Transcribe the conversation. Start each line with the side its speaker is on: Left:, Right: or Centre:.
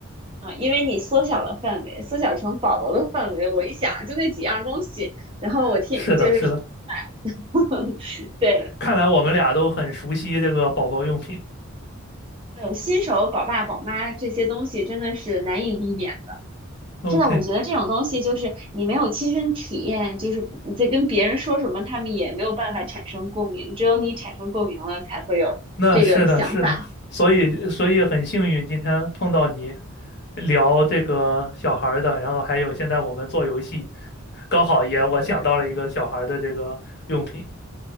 Right: 啊，因为你缩小了范围，缩小成宝宝的范围，我一想就那几样东西，然后我听就是
Left: <laughs> 是的，是的。
Right: <laughs> 对，
Left: 看来我们俩都很熟悉这个宝宝用品。
Right: 嗯，新手宝爸宝妈这些东西真的是难以避免。
Left: OK，
Right: 真的，我觉得这种东西就是你没有亲身体验，就是你在跟别人说什么，他们也没有办法产生共鸣，只有你产生共鸣了，才会有这个想法。
Left: 那是的，是的，所以所以很幸运今天碰到你聊这个小孩儿的，然后还有现在我们做游戏，刚好也我想到了一个小孩儿的这个用品。
Right: 对，